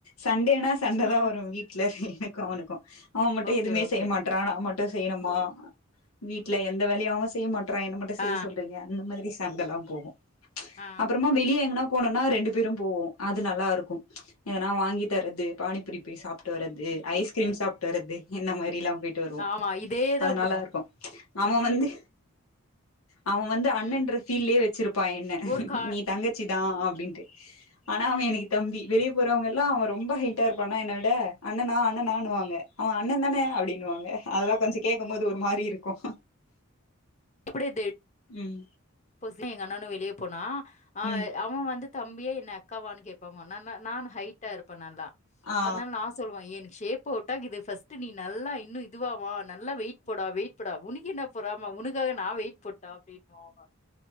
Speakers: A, on the left; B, on the left.
A: சண்டேனா சண்டே
B: ஆ.
A: தா வரு வீட்ல எனக்கு அவனுக்கும் அவன் மட்டும்
B: ஓகே,
A: எதுவுமே
B: ஓகே.
A: செய்ய மாட்றா நா மட்டு செய்யணுமா வீட்ல எந்த வேலையு அவன் செய்ய மாட் றான் என்ன மட்டும்
B: ஆ,
A: செய்ய சொல்றீங்க அந்த மாதிரி சண்டை எல்லா போகும்
B: ஆ.
A: அப்றமா வெளியே எங்கனா போனோம்னா ரெண்டு பேரு போவோ அது நல்லா இருக்கும் எதன்னா வாங்கி தர்ரது பாானிபுரி போய் சாப்பிட்டு வரது ஐஸ்கிரீம் சாப்பிட்டு வர்து இந்த மாதிரிலா போயிட்டு போய்ட்டு வருவோ
B: ஆமா இதேதா
A: அது நல்லா
B: போகு
A: இருக்கும் அவன் வந்து அவன் வந்து அண்ணன்ற
B: ம்
A: பீல்யே வச்சிரு ப்பா என்ன
B: ஒரு கா
A: நீ தங்கச்சிதா அப்டின்ட்டு ஆனா அவன் எனக்கு தம்பி வெளியே போறவங்க எல்லா அவன் ரொம்ப ஹைட்டா இருப்பானா என்னை விட அண்ணனா அண்ணனான்னு வாங்க அவன் அண்ண தான அப்படின்னுுவாங்க அதெல்லா கொஞ்சோ கேட்கும் போது ஒரு மாறி இருக்கும்
B: எப்டி டேட்
A: ம்
B: புதுசுல எங்க அண்ணன்னு வெளியே போனா ஆ
A: ம்
B: அவன் வந்து தம்பியா என்ன அக்காவானு கேப்பாங்க ந ந நா ஹைட்டா இருப்பே நல்லா
A: ஆ
B: அதனால நா சொல்லுவா எனக்கு ஷேப்ப உட்டா இது பர்ஸ்ட் நீ நல்லா இன்னு இதுவா வா நல்லா வெயிட் போடா வெயிட் போடா உனக் என்ன பொறாம உனக்காக நா வெயிட் போட்டா அப்டின்னுமா அவன்